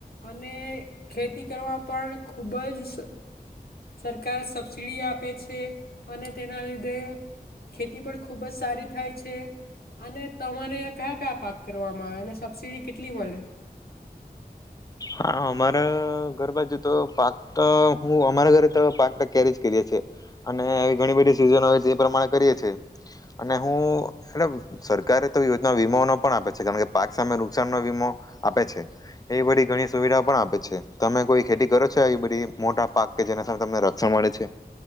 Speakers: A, on the left; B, on the left.
A: અને ખેતી કરવા પણ ખૂબ જ સરકાર સબસિડી આપે છે અને તેના લીધે ખેતી પણ ખૂબ જ સારી થાય છે અને તમારે કયા કયા પાક કરવા મા એને સબસીડી કેટલી મળે
B: હા અમારા ઘર બા જોુ તો પાક હું અમારા ઘરે તો પાક કેરી જ કરીએ છેએ અને ઘણી બધી સિઝન હો એ પ્રમાણે કરીએ છીએ અને હું એટ સરકારે તો યોજના વીમો ન પણ આપે છે કારણ કે પાક સામે નુકસાન ન વીમો આપે છે એ બધી ઘણી સુવિધા પણ આપે છે તમે કોઈ ખેતી કરો છો એ બધી મોટા પાક કે જેના સામે તમને રક્ષણ મળે છે